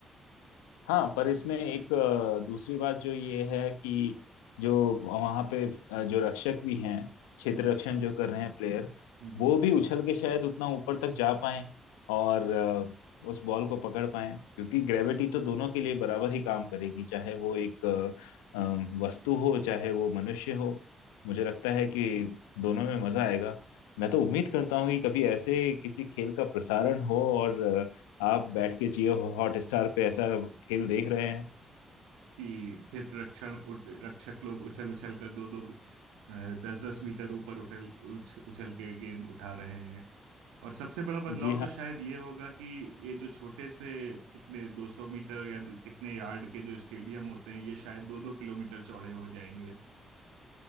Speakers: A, on the left; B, on the right.
A: हाँ पर इसमें एक अ, दूसरी बात जो ये है कि जो वहाँ पे अ, जो रक्षक भी हैं क्षेत्र
B: हम्म
A: रक्षण जो कर रहे हैं प्लेयर
B: हम्म
A: वो भी उछल के शायद उतना ऊपर तक जा पाए और अ, उस बॉल को पकड़ पाए क्योंकि ग्रेविटी तो दोनों के लिए बराबर ही काम करेगी चाहे वो एक अ, अम, वस्तु हो चाहे वो मनुष्य हो मुझे लगता है कि दोनों में मजा आएगा मैं तो उम्मीद करता हूँ कि कभी ऐसे किसी खेल का प्रसारण हो और आप बैठ के जियो हॉटस्टार पे ऐसा खेल देख रहे हैं
B: कि क्षेत्र रक्षण उठ- रक्षक लोग उछल उछल कर दो दो दस दस मीटर ऊपर उठल उछ, उछल के गेंद उठा रहे हैं और सबसे बड़ा बदलाव
A: जी हाँ,
B: तो शायद ये होगा कि ये जो छोटे से कितने 200 मीटर या कितने यार्ड के जो स्टेडियम होते हैं ये शायद दो दो किलोमीटर चौड़े हो जाएंगे